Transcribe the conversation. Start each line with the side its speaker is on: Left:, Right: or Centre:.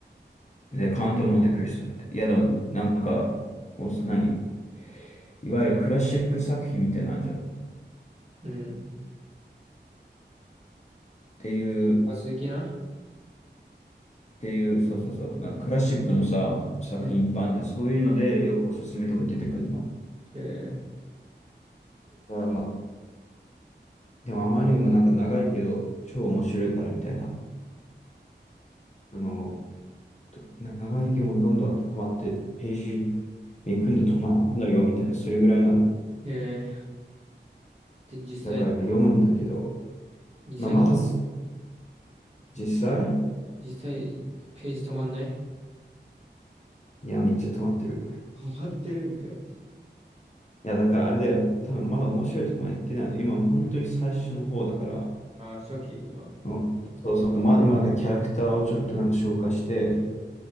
Left: で、カントモンテクリストって。いや、でも、なんか、お、何いわゆるクラシック作品みたいなんじゃん。っ
Right: うん。
Left: ていう、っ
Right: あ、鈴木な。
Left: ていう、そうそうそう。なんかクラシックのさ、作品いっぱいあるじゃん。
Right: うん。
Left: そういうので、よくおすすめとか出てくるの。
Right: え
Left: あでも、あまりにもなんか長いけど、超面白いからみたいな。その、と長いけどどんどんハマって、ページめくんで止まらなくなるよみたいな、それぐらいなの。
Right: ー、えー、で、実際は、
Left: だから読むんだけど、
Right: 実際、
Left: まあ、まだ実際
Right: 実際、ページ止まんない
Left: いや、めっちゃ止まってる。
Right: 止まってるんかい。
Left: いや、だからあれだよ。多分まだ面白いとこまで行ってないの。今、本当に最初の方だから、
Right: あー、初期、今。
Left: うんそうそう、まあ、今なんかキャラクターをちょっとなんか紹介して、